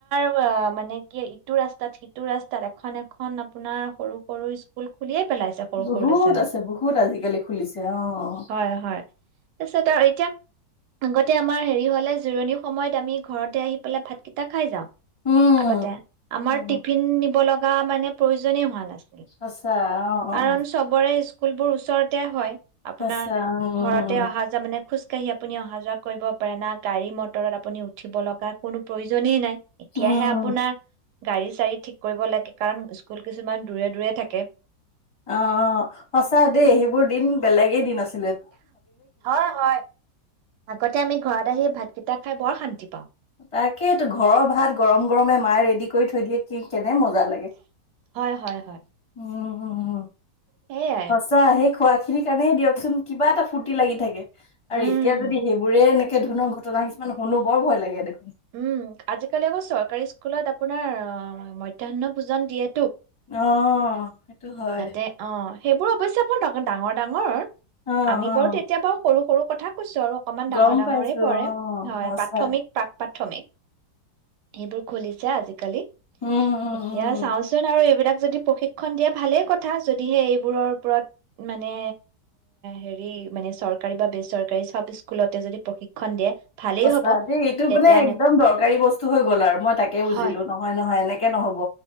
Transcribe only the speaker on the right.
অ মানে কি ইটো ৰাস্তাত সিটো ৰাস্তাত এখন এখন আপোনাৰ সৰু সৰু স্কুল খুলিয়ে পেলাইছে সৰু
সৰু ল'ৰা ছোৱালী
হয় হয় তাৰছত আৰু এতিয়া আগতে আমাৰ হেৰি হলে জোৰণি সময়ত আমি ঘৰতে আহি পেলাই ভাতকেইটা খাই যাওঁ আগতে
আমাৰ
টিফিন নিব লগা মান প্ৰোজন হোৱা নাই
কাৰণ
চবৰে স্কুলবোৰ ওচৰতে হয় আপোনাৰ
ঘৰতে অহা যে মানে খোজকাঢ় কাঢ়ি আপুনি অহা যোৱা কৰিব পাৰে না গাড়ী মটৰত আপুনি উঠিব লগা কোনো প্ৰয়োজনেই নাই এতিয়াহে
আপোনাৰ গাড়ী চাড়ী ঠিক কৰিব লাগে কাৰণ স্কুল কিছুমান দূৰে দূৰে থাকে
হয় হয় আগতে আমি ঘৰত এ সেই ভাতকেইটা খাই বৰ শান্তি পাওঁ
হয় হয় হয়
সেয়াই
উম
উম', আজিকালি আকৌ চৰকাৰী স্কুলত আপোনাৰ মধ্যাহ্ন ভোজন দিয়ে।
তাতে অ সেইবোৰ অৱশ্যে আপোনাৰ ডঙৰ -ডাঙৰ -ডাঙৰ
আমি
বাৰু তেতিয়া বাৰু সৰু- সৰু পঠাক কৈছো আৰু অকমান ডাঙৰ
-ডাঙৰে
পৰে
হয়
প্ৰাথমিক পাক মেক, সেইবোৰ খুলিছা আজিকালি।
এতিয়া
চাওচোন আৰু এইবিলাক। যদি প্ৰশিক্ষন দিয়ে ভালে কথা যদিহে এইবোৰৰ ওপৰত মানে হেৰি মানে চৰকাৰী বা বেচৰকাৰী চব স্কুলতে যদি প্ৰশিক্ষন দিয়ে। ভালেই
হ'ব
তেতিয়া
এনে
হয়